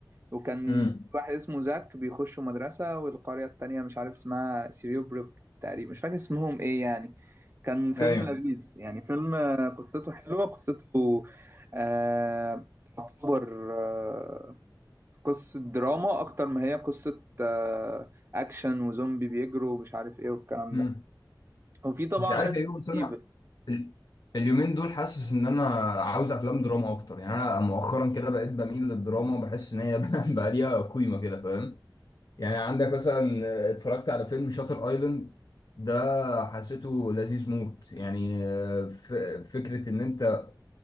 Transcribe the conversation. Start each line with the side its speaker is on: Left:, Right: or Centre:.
Right: وكان
Left: امم
Right: في واحد اسمه زاك بيخشوا مدرسة والقرية التانية مش عارف اسمها سيريوبروك تقريبا مش فاكر اسمهم ايه يعني كان فيلم
Left: ايوه
Right: لذيذ يعني فيلم آه، قصته حلوة قصته آه تعتبر آه قصة دراما أكتر ما هي قصة آه أكشن وزومبي بيجروا ومش عارف ايه والكلام
Left: امم
Right: ده وفي طبعا
Left: مش عارف
Right: ريزيدنت
Left: ايه بس انا
Right: ايفل
Left: ال- اليومين دول حاسس ان انا عاوز افلام دراما اكتر يعني انا مؤخرا كده بقيت بميل للدراما بحس ان هي <laughs> بقى ليها قيمه كده فاهم يعني عندك مثلا اتفرجت على فيلم شاتر ايلاند ده حسيته لذيذ موت يعني ف- فكره ان انت